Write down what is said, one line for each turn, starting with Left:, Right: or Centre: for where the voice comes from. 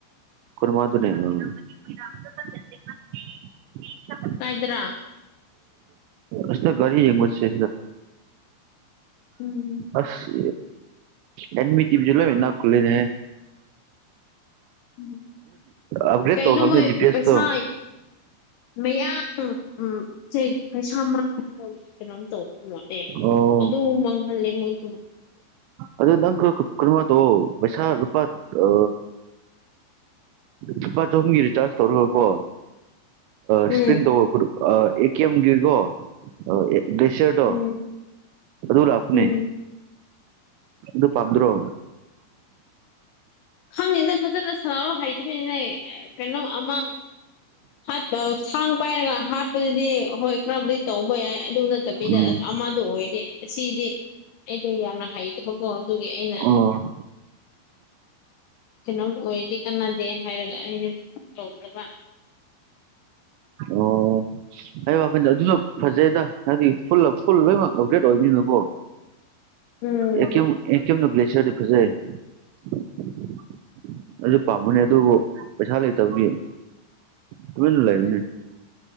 Right: <unintelligible> <unintelligible>
Left: ꯀꯥꯏꯗ꯭ꯔꯥ
Right: ꯑꯁ ꯒꯔꯤ ꯌꯦꯡꯕꯁꯦ
Left: ꯎꯝ
Right: ꯑꯁ ꯍꯃꯤ ꯇ ꯏꯝꯁꯤꯂ ꯏꯅꯥ ꯀꯜꯦꯅꯦ
Left: ꯎꯝ
Right: ꯑꯞꯒ꯭ꯔꯦꯗ
Left: ꯀꯩꯅꯣ
Right: ꯇꯧꯈꯕꯅꯦ
Left: ꯃꯣꯏ
Right: ꯗꯤ ꯄ ꯑꯦꯁꯇꯣ
Left: ꯄꯩꯁꯥ <unintelligible> ꯀꯩꯅꯣꯝ ꯇꯧꯕ ꯃꯣꯠꯂꯦ
Right: ꯑꯣ
Left: ꯑꯗꯨ ꯃꯥꯡꯍꯜꯂꯦ ꯃꯣꯏꯁꯨ
Right: ꯑꯗꯨꯗ ꯅꯪ ꯀ ꯀꯃꯣ ꯩꯁꯥꯨꯄꯥ ꯑ ꯂꯨꯄꯥ ꯆꯍꯨꯝꯒꯤ ꯔꯤꯆꯥꯔꯖ ꯇꯧꯔꯒꯀꯣ ꯏꯁꯄ꯭ꯔꯤꯟ
Left: ꯎꯝ
Right: ꯇꯧꯔꯕꯗꯣ <unintelligible> ꯒ꯭ꯂꯦꯁꯤꯌꯥꯔꯇꯣ
Left: ꯎꯝ
Right: ꯑꯗꯨ ꯂꯥꯛꯄꯅꯦ
Left: ꯎꯝ
Right: ꯑꯗꯨ ꯄꯝꯗ꯭ꯔꯣ
Left: ꯈꯪꯉꯦꯅ ꯐꯖꯅ ꯁꯥꯟꯅꯔ ꯍꯩꯇꯕꯅꯤꯅꯦ ꯀꯩꯅꯣ ꯑꯃ ꯍꯥꯠꯄ ꯈꯥꯡ ꯄꯥꯏꯔꯒ ꯍꯥꯠꯄꯗꯨꯗꯤ ꯍꯣꯏ ꯈꯔꯕꯨꯗꯤ ꯇꯧꯕ ꯌꯥꯏ ꯑꯗꯨꯅ ꯆ ꯆꯕꯤꯗ
Right: ꯎꯝ
Left: ꯑꯃꯗꯣ ꯑꯣꯏꯗꯤꯦ ꯁꯤꯗꯤ ꯑꯩꯗꯣ ꯌꯥꯝꯅ ꯍꯩꯇꯕꯀꯣ ꯑꯗꯨꯒꯤ ꯑꯩꯅ
Right: ꯑꯣ
Left: ꯀꯩꯅꯣ ꯑꯣꯏꯔꯗꯤ ꯀꯥꯟꯅꯗꯦ ꯍꯥꯏꯔꯒ ꯑꯩꯅ ꯇꯧꯗꯕ
Right: ꯑꯣ ꯑꯩ ꯋꯥꯈꯜꯗ ꯑꯗꯨꯁꯨ ꯐꯖꯩꯗ ꯍꯥꯏꯗꯤ ꯐꯨꯜ ꯐꯨꯜ ꯂꯣꯏꯅꯃꯛ ꯑꯞꯒ꯭ꯔꯦꯗ ꯑꯣꯏꯗꯣꯏꯅꯀꯣ
Left: ꯎꯝ
Right: <unintelligible> ꯑꯗꯨꯁꯨ ꯄꯥꯝꯕꯅꯦ ꯑꯗꯨꯕꯨ ꯄꯩꯁꯥ ꯂꯩꯇꯕꯒꯤ ꯇꯨꯃꯤꯅ ꯂꯩꯥꯏꯅꯦ
Left: ꯎꯝ